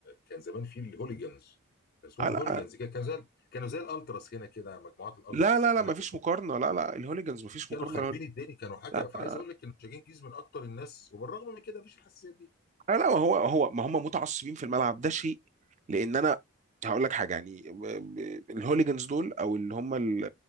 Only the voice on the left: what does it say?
كان زمان في الهوليجنز كان اسمهم
الهوليجنز كده كانوا زي كانوا زي الالتراس هنا كده مجموعات الالتراس
اللي
هنا
كان
اسمهم
كانوا
خاربين الدنيا كانوا حاجه
فعايز اقول لك ان شاكين جيز من اكتر الناس وبالرغم من كده مفيش الحساسيات دي